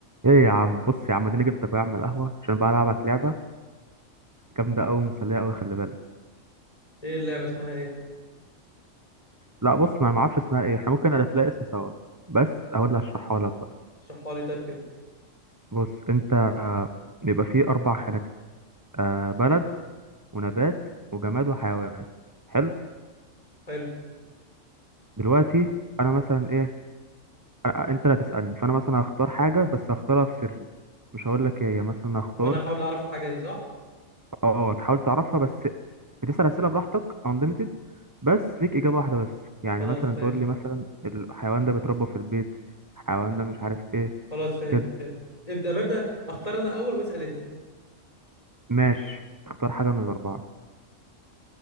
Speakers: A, on the right (about 15°); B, on the left (about 30°).
A: ايه يا عم بص يا عم اديني جبتك أهو يا عم القهوه عشان بقى العبك لعبه جامده قوي مسليه قوي خلي بالك
B: ايه اللعبة اسمها ايه
A: لا بص ما انا ما اعرفش اسمها ايه احنا ممكن الف لها اسم سوا بس اقول اللي هشرحها لك بقى
B: اشرحها لي طيب كده
A: بص انت آه، بيبقى فيه اربع خانات كده. آه بلد ونبات وجماد وحيوان حلو
B: حلو
A: دلوقتي انا مثلا ايه أنا- انت اللي هتسالني فانا مثلا هختار حاجه بس هختارها في سري مش هقول لك ايه هي. مثلا هختار
B: وانا هحاول اعرف الحاجة دي صح
A: اه تحاول تعرفها بس بتسأل أسئلة براحتك unlimited بس ليك إجابة واحدة بس يعني
B: خلاص
A: مثلا
B: ماشي
A: تقول لي مثلا الحيوان ده بيتربى في البيت الحيوان ده مش عارف ايه
B: خلاص فهمت
A: كده
B: فهمت ابدأ ببدأ اختار انا اول واسأل انت
A: ماشي اختار حاجة من الأربعة